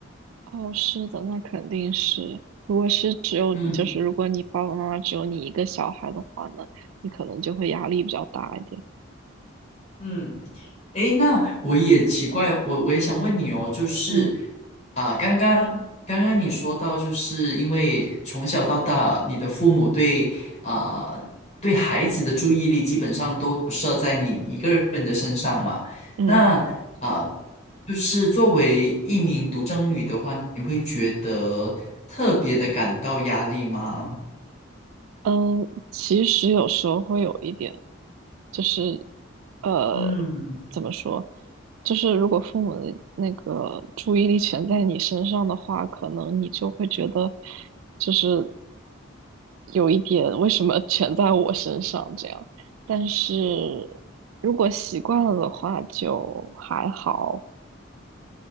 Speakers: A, on the right; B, on the left.
A: 哦，是的，那肯定是。如果是只有就是如果你爸爸妈妈只有你一个小孩的话呢，
B: 嗯
A: 你可能就会压力比较大一点。
B: 嗯。诶，那我也奇怪，我我也想问你哦，就是
A: 嗯
B: 啊，刚刚刚刚你说到，就是因为从小到大，你的父母对啊对孩子的注意力基本上都设在你一个人的身上嘛。
A: 嗯。
B: 那啊，就是作为一名独生女的话，你会觉得特别的感到压力吗？
A: 嗯，其实有时候会有一点，就是呃，
B: 嗯。
A: 怎么说，就是如果父母的那个注意力全在你身上的话，可能你就会觉得，就是有一点为什么全在我身上这样。但是如果习惯了的话，就还好。